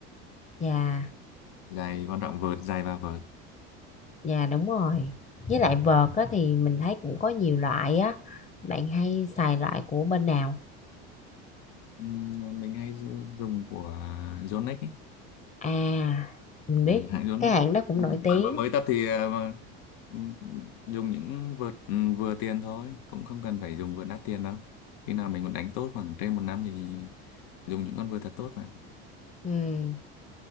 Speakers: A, on the left; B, on the left.
A: dạ
B: giày quan trọng vợt giày và vợt
A: dạ đúng rồi với lại vợt á, thì mình thấy cũng có nhiều loại á bạn hay xài loại của bên nào
B: Ừ, mình hay dùng dùng của Yonex ấy.
A: à mình
B: Ừ,
A: biết
B: hãng Yonex
A: cái hãng đó cũng
B: Ừ,
A: nổi tiếng
B: bạn mà mới tập thì ờ, mà- ừ, dùng những vợt ừ, vừa tiền thôi cũng không cần phải dùng vợt đắt tiền đâu khi nào mình muốn đánh tốt khoảng trên một năm thì dùng những con vợt thật tốt mà.
A: ừ